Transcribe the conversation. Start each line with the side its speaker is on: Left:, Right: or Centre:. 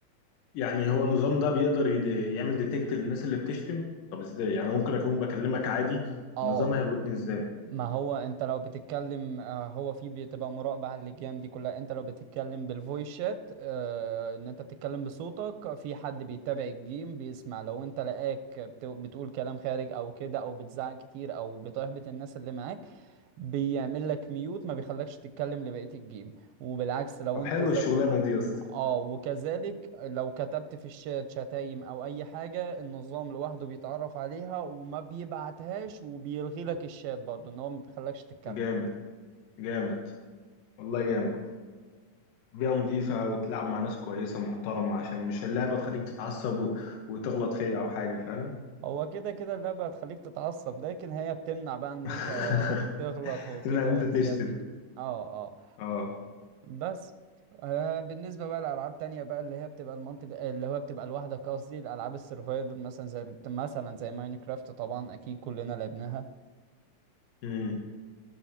Left: يعني هو النظام ده بيقدر يد- يعمل ديتكت للناس اللي بتشتم طب ازاي يعني ممكن اكون بكلمك عادي
Right: اه
Left: النظام هيلقطني ازاي
Right: ما هو انت لو بتتكلم آه، هو في بتبقى مراقبة على اللجام دي كلها انت لو بتتكلم بالفويس شات آه، ان انت بتتكلم بصوتك في حد بيتابع الجيم بيسمع لو انت لقاك بت- بتقول كلام خارج او كده او بتزعق كتير او بتحبط الناس اللي معاك بيعمل لك ميوت ما بيخلكش تتكلم لبقية الجيم وبالعكس لو
Left: طب
Right: انت
Left: حلو
Right: زود
Left: الشغلانة دي يا اسطى
Right: اه وكذلك لو كتبت في الشات شتايم او اي حاجة النظام لوحده بيتعرف عليها وما بيبعتهاش وبيلغي لك الشات برضه ان هو ما بيخلكش تتكلم
Left: جامد جامد والله جامد بيئة نظيفة وتلعب مع ناس كويسة محترمة عشان مش اللعبة تخليك تتعصب و... وتغلط فيا او حاجة فاهم
Right: هو كده كده اللعبة هتخليك تتعصب لكن هي بتمنع بقى ان
Left: <laughs>
Right: انت تغلط وكده
Left: تمنع ان انت
Right: والحاجات
Left: تشتم
Right: دي اه آه.
Left: اه
Right: بس آه، بالنسبة بقى لألعاب تانية بقى اللي هي بتبقى المالتي اللي هو بتبقى لوحدك قصدي الألعاب السرفايفل مثلا زي مثلا زي ماينكرافت طبعا أكيد كلنا لعبناها
Left: امم